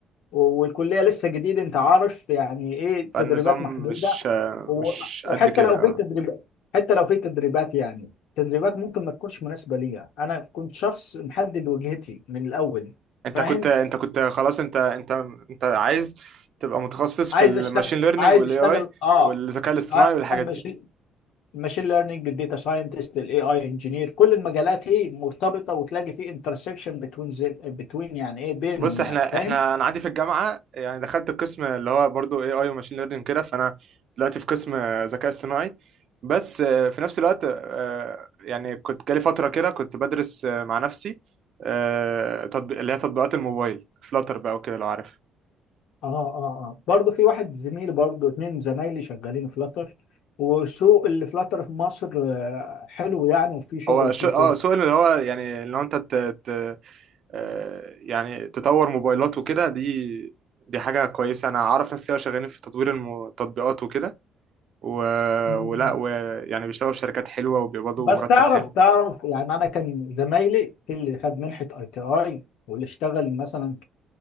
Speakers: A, on the left; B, on the right.
A: والكليه لسه جديد انت عارف يعني ايه
B: فالنظام
A: تدريبات محدوده
B: مش
A: و-
B: مش
A: وحتى
B: قد كده
A: لو
B: آه.
A: في تدريبات حتى لو في تدريبات يعني تدريبات ممكن ما تكونش مناسبه ليا انا كنت شخص محدد وجهتي من الاول
B: انت
A: فاهم
B: كنت انت كنت خلاص انت انت انت عايز تبقى متخصص
A: عايز
B: في الماشين
A: اشتغل
B: ليرنينج
A: عايز
B: والاي
A: اشتغل
B: اي
A: اه
B: والذكاء الاصطناعي
A: انا
B: والحاجات دي
A: مش الماشين ليرنينج الداتا ساينتست الاي اي انجينير كل المجالات ايه مرتبطه وتلاقي في انترسكشن بتوين بتوين يعني ايه بينهم
B: بص احنا
A: يعني فاهم
B: احنا انا عندي في الجامعه يعني دخلت القسم اللي هو برضو اي اي وماشين ليرنينج كده فانا دلوقتي في قسم ذكاء اصطناعي بس آه، في نفس الوقت آه، يعني كنت جالي فتره كده كنت بدرس آه، مع نفسي آه، تطبيق اللي هي تطبيقات الموبايل فلاتر بقى وكده لو عارفها
A: اه اه اه برضه في واحد زميلي برضه اتنين زمايلي شغالين فلاتر وسوق اللي فلاتر في مصر آه، حلو يعني وفي شغل
B: هو
A: وفي
B: شو... اه
A: فرص
B: سوق اللي هو يعني اللي هو انت آه، يعني تطور موبايلات وكده دي دي حاجة كويسة أنا أعرف ناس كده شغالين في تطوير الم- التطبيقات وكده و...
A: مم.
B: ولا ويعني بيشتغلوا في شركات حلوة وبيقبضوا
A: بس
B: مرتب
A: تعرف
B: حلو
A: تعرف يعني انا كان زمايلي في اللي خد منحه اي تي اي واللي اشتغل مثلا